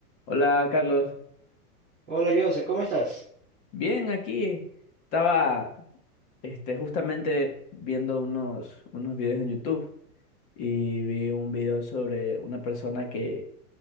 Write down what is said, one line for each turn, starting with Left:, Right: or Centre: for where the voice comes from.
Left: Hola, Carlos.
Centre: Hola Jose, ¿cómo estás?
Left: Bien, aquí estaba este, justamente viendo unos, unos videos en YouTube y vi un video sobre una persona que